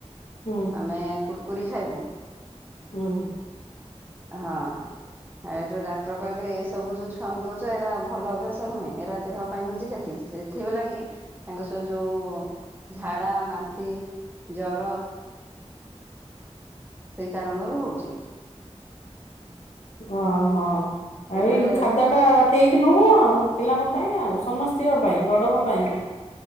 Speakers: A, on the left; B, on the right.
A: ହୁଁ।
B: ଆମେ କୁରୁକୁରି ଖାଇବୁ।
A: ହୁଁ।
B: ହଁ। ଏଠୁ ଡାକ୍ତର କହିଲେ ଏ ସବୁ ଯୋଉ ଛୁଆଙ୍କୁ ଦଉଛ ଏରା ଭଲ ଅଭ୍ୟାସ ନୁହେଁ ଏରା ଦେହ ପାଇଁ ହଉଛି କ୍ଷତି ସେ ସେଥି ଲାଗି ତାଙ୍କ ସେ ଯୋଉ ଝାଡ଼ା, ବାନ୍ତି, ଜର ସେଇ କାରଣରୁ ହଉଛି।
A: ଓ ହୋ
B: ସେ
A: ଏଇ
B: କହିଲେ
A: ଖାଦ୍ୟ ଟା ଠିକ୍ ନୁହଁ ଆଉ ପିଲାଙ୍କ ପାଇଁ ଆଉ ସମସ୍ତେ <unintelligible> ପାଇଁ ବଡ଼ଙ୍କ ପାଇଁ।